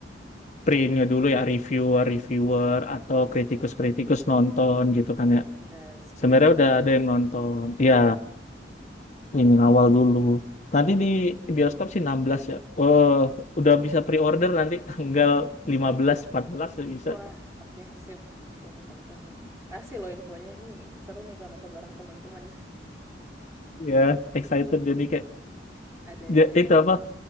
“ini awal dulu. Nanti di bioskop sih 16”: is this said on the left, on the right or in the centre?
Left